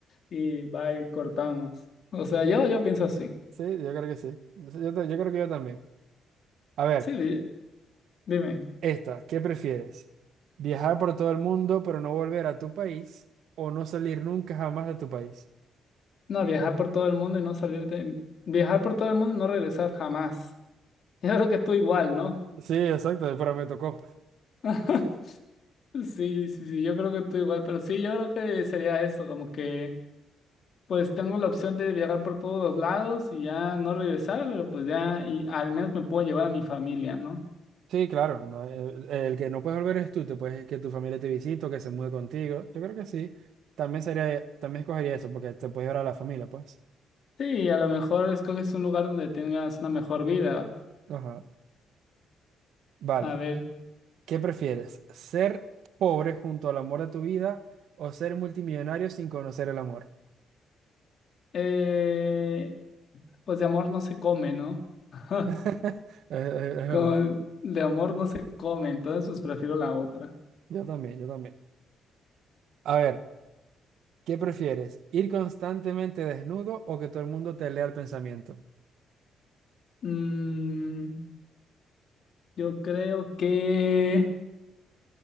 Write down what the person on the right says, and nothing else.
sí, yo creo que sí. Yo, ta- yo creo que yo también. A ver,
esta, ¿qué prefieres? ¿Viajar por todo el mundo pero no volver a tu país o no salir nunca jamás de tu país?
Sí, exacto, pero me tocó.
Sí, claro, no, el, el que no puedes volver es tú, te puedes que tu familia te visite o que se mude contigo. Yo creo que sí. También sería, también escogería eso porque te puedes ver a la familia, pues.
Ajá. Vale.
¿Qué prefieres? ¿Ser pobre junto al amor de tu vida o ser multimillonario sin conocer el amor?
<laughs> Es, es- es
verdad.
Yo también, yo también. A ver, ¿qué prefieres? ¿Ir constantemente desnudo o que todo el mundo te lea el pensamiento?